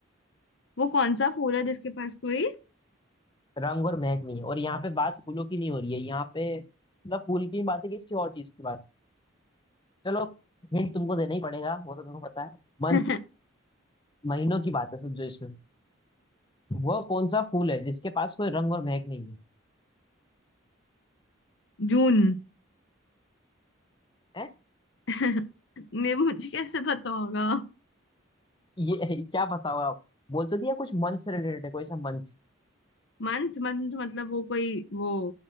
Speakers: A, on the left; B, on the left.
A: वो कौन सा फूल है जिसके पास कोई
B: रंग और महक नहीं है और यहाँ पे बात फूलों की नहीं हो रही है यहाँ पे मतलब फूल की बात है किसी और चीज की बात है। चलो हिंट तुमको देना ही पड़ेगा वो तो तुमको पता है मंथ
A: <laughs>
B: महीनों की बात है सब जो इसमें वो कौन सा फूल है जिसके पास कोई रंग और महक नहीं है
A: जून
B: हैं?
A: <laughs> ने मुझे कैसे पता होगा
B: ये <laughs> क्या बताओ आप बोल तो दिया कुछ मंथ से रिलेटेड है कोई सा मंथ
A: मंथ मंथ मतलब वो कोई वो